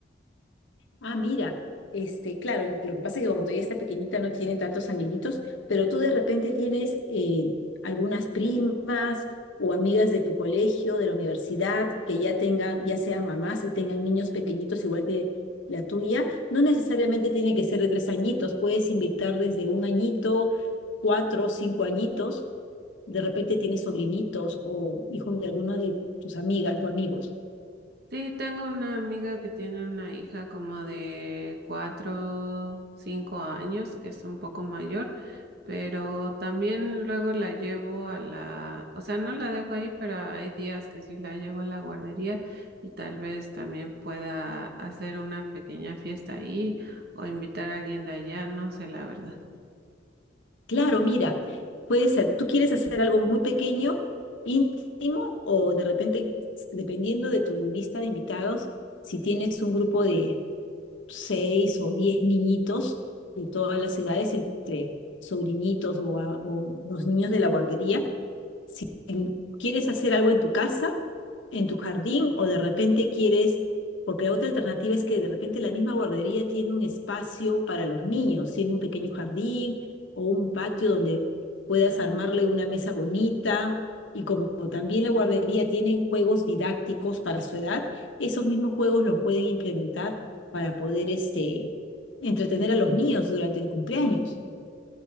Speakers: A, on the left; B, on the right.
A: Ah, mira, este, claro, y lo que pasa es que como todavía está pequeñita no tiene tantos amiguitos, pero tú de repente tienes eh, algunas primas o amigas de tu colegio, de la universidad, que ya tengan, ya sean mamás y tengan niños pequeñitos igual que la tuya. No necesariamente tiene que ser de tres añitos, puedes invitar desde un añito, cuatro, cinco añitos de repente tienes sobrinitos o hijos de alguno de tus amigas o amigos.
B: Sí, tengo una amiga que tiene una hija como de cuatro, cinco años, que es un poco mayor, pero también luego la llevo a la, o sea, no la dejo ahí, pero hay días que sí la llevo a la guardería y tal vez también pueda hacer una pequeña fiesta ahí o invitar a alguien de allá, no sé, la verdad.
A: Claro, mira, puede ser, tú quieres hacer algo muy pequeño, íntimo, o de repente, dependiendo de tu lista de invitados, si tienes un grupo de seis o diez niñitos de todas las edades, entre sobrinitos o, a- o los niños de la guardería, en- ¿Quieres hacer algo en tu casa, en tu jardín, o de repente quieres, porque la otra alternativa es que de repente la misma guardería tiene un espacio para los niños, tiene un pequeño jardín o un patio donde puedas armarle una mesa bonita. Y como también la guardería tiene juegos didácticos para su edad, esos mismos juegos los pueden implementar para poder este, entretener a los niños durante el cumpleaños.